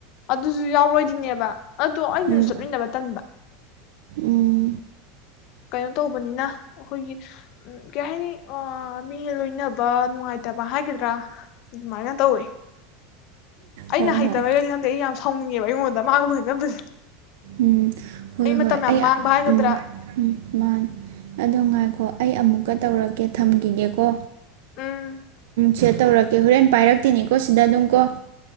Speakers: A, on the left (about 45°); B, on the right (about 75°).
A: ꯑꯗꯨꯁꯨ ꯌꯥꯎꯔꯣꯏꯗꯤꯅꯦꯕ ꯑꯗꯣ ꯑꯩꯅꯁꯨ
B: ꯎꯝ ꯎꯝ
A: ꯆꯠꯃꯤꯟꯅꯕ ꯇꯟꯕ
B: ꯎꯝ
A: ꯀꯩꯅꯣ ꯇꯧꯕꯅꯤꯅ ꯑꯩꯈꯣꯏꯒꯤ ꯀꯩ ꯍꯥꯏꯅꯤ ꯃꯤ ꯂꯣꯏꯅꯕ ꯅꯨꯡꯉꯥꯏꯇꯕ ꯍꯥꯏꯒꯗ꯭ꯔꯥ ꯑꯗꯨꯃꯥꯏꯅ ꯇꯧꯋꯦ
B: ꯍꯣꯏ
A: ꯑꯩꯅ ꯍꯩꯇꯕꯩꯔꯗꯤ
B: ꯍꯣꯏ
A: ꯈꯪꯗꯦ ꯑꯩ ꯌꯥꯝ ꯁꯥꯎꯅꯤꯡꯉꯦꯕ ꯑꯩꯉꯣꯟꯗ ꯃꯒꯥ ꯂꯣꯏꯅꯕꯁꯦ
B: ꯎꯝ ꯍꯣꯏ
A: ꯃꯇꯝ
B: ꯍꯣꯏ
A: ꯌꯥꯝ
B: ꯑꯩ
A: ꯃꯥꯡꯕ ꯍꯥꯏꯒꯗ꯭ꯔꯥ
B: ꯎꯝ ꯎꯝ ꯃꯥꯅꯤ ꯑꯗꯣ ꯉꯥꯏ ꯗꯣ ꯑꯩ ꯑꯃꯨꯛꯀ ꯇꯧꯔꯛꯀꯦ ꯊꯝꯈꯤꯒꯦꯀꯣ
A: ꯎꯝ
B: ꯁꯦꯠ ꯇꯧꯔꯛꯀꯦ ꯍꯣꯔꯦꯟ ꯄꯥꯏꯔꯛꯇꯤꯅꯤꯀꯣ ꯁꯤꯗ ꯑꯗꯨꯝ ꯀꯣ